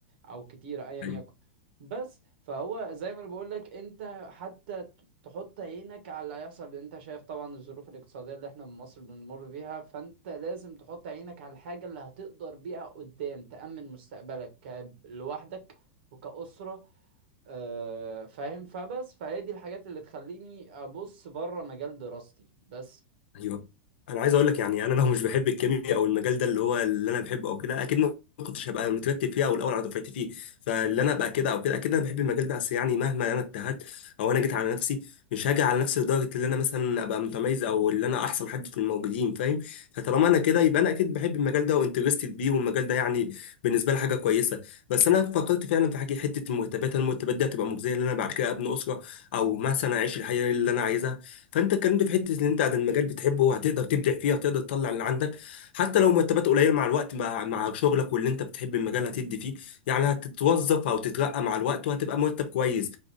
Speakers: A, on the right; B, on the left.
A: او كتيره ايا
B: يعني
A: يكن بس فهو زي ما انا بقول لك انت حتى ت- تحط عينك على اللي هيحصل لان انت شايف طبعا الظروف الاقتصاديه اللي احنا في مصر بنمر بيها فانت لازم تحط عينك على الحاجه اللي هتقدر بيها قدام تأمن مستقبلك ك- لوحدك وكأسرة آه، فاهم فبس فهي دي الحاجات اللي تخليني ابص بره مجال دراستي بس
B: ايوه انا عايز اقول لك يعني انا لو مش بحب الكيمياء او المجال ده اللي هو اللي انا بحبه او كده اكيد ما كنتش هبقى مترتب فيه او الاول على دفعتي فيه فاللي انا ابقى كده او كده اكيد انا بحب المجال ده بس يعني مهما انا اجتهدت او انا جيت على نفسي مش هاجي على نفسي لدرجه ان انا مثلا ابقى متميز او اللي انا احسن حد في الموجودين فاهم فطالما انا كده يبقى انا اكيد بحب المجال ده وانترستد بيه والمجال ده يعني بالنسبه لي حاجه كويسه بس انا فكرت فعلا في حاجه حته المرتبات المرتبات دي هتبقى مجزيه ان انا بعد كده ابني اسره او مثلا اعيش الحياه اللي انا عايزها فانت اتكلمت في حته ان انت عن المجال بتحبه هتقدر تبدع فيه هتقدر تطلع اللي عندك حتى لو مرتبات قليله مع الوقت مع مع شغلك واللي انت بتحب المجال هتدي فيه يعني هتتوظف او تترقى مع الوقت وهتبقى مرتب كويس